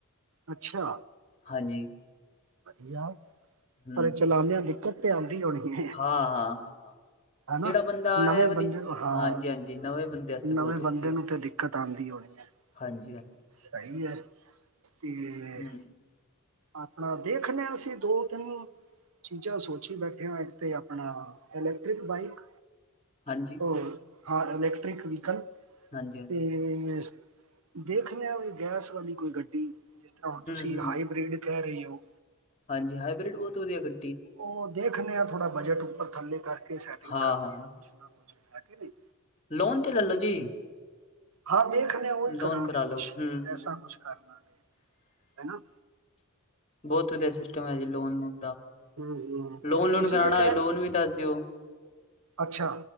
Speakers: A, on the right; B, on the left.
A: ਅੱਛਾ,
B: ਹਾਂਜੀ
A: ਵਧੀਆ,
B: ਹੂੰ
A: ਅ ਚਲਾਉਂਦੇ ਆ ਦਿੱਕਤ <unintelligible> ਆਂਦੀ ਹੋਣੀ
B: ਹਾਂ ਹਾਂ ਹਾਂ ਹਾਂ
A: ਹਨਾ
B: ਜਿਹੜਾ ਬੰਦਾ
A: ਨਵੇਂ
B: ਇਹ ਵਾਲੀ
A: ਬੰਦੇ ਨੂੰ ਹਾਂ
B: ਹਾਂਜੀ ਹਾਂਜੀ ਨਵੇਂ ਬੰਦੇ ਵਾਸਤੇ
A: ਨਵੇਂ
B: ਬਹੁਤ ਔਖੀ
A: ਬੰਦੇ
B: ਹੈ
A: ਨੂੰ ਤੇ ਦਿੱਕਤ ਆਦੀ ਹੋਣੀ ਹੈ,
B: ਹਾਂਜੀ ਹਾਂਜੀ
A: ਸਹੀ ਹੈ। ਤੇ, ਅੱ
B: ਹੂੰ
A: ਆਪਣਾ ਦੇਖਦੇ ਹਾਂ ਅਸੀਂ ਦੋ ਤਿੰਨ ਚੀਜ਼ਾਂ ਸੋਚੀ ਬੈਠੇ ਆਂ ਇੱਕ ਤੇ ਆਪਣਾ ਇਲੈਕਟ੍ਰਿਕ ਬਾਈਕ
B: ਹਾਂਜੀ ਹਾਂਜੀ
A: ਹੋਰ, ਹਾਂ ਇਲੈਕਟ੍ਰਿਕ ਵਹੀਕਲ
B: ਹਾਂਜੀ ਹੂੰ
A: ਤੇ, ਦੇਖ ਲਿਆ ਵੀ ਗੈਸ ਵਾਲੀ ਕੋਈ ਗੱਡੀ ਜਿਸ ਤਰ੍ਹਾਂ ਹੁਣ ਤੁਸੀਂ
B: ਹੂੰ
A: ਹਾਈਬ੍ਰਿਡ ਕਹਿ ਰਹੇ <unintelligible>
B: ਹਾਂਜੀ ਹਾਈਬ੍ਰਿਡ ਬਹੁਤ ਵਧੀਆ ਗੱ
A: ਉਹ ਦੇਖ ਖਣੇ ਆ ਥੋੜਾ ਬਜਟ ਉੱਪਰ ਥੱਲੇ ਕਰਕੇ, ਸੈਟਿੰਗ
B: ਹਾਂ-ਹਾਂ,
A: ਕਰਦੇ ਆ ਕੁਛ ਨਾ ਕੁੱਛ ਨਹੀ,
B: ਲੋਨ ਤੇ ਲੈਲੋ ਜੀ,
A: ਹਾਂ ਦੇਖ ਉਹੀ
B: ਲੋਨ
A: ਕਰਾਂਗੇ
B: ਕਰਾ
A: ਕੁਛ
B: ਲੋ ਹੂੰ-ਹੂੰ।
A: ਐਸਾ ਕੁਛ ਕਰ ਲਾਂਗੇ ਹਨਾ
B: ਬਹੁਤ ਵਧੀਆ ਸਿਸਟਮ ਹੈ ਜੀ ਲੋਨ ਦਾ
A: ਹੂੰ ਹੂੰ
B: ਲੋਨ ਲੂਨ
A: ਤੁਸੀਂ
B: ਕਰਾਉਣਾ
A: ਤਾਂ ਕਹਿ
B: ਹੋਏ ਲੋਨ ਵੀ ਦੱਸ ਦਿਓ
A: ਅੱਛਾ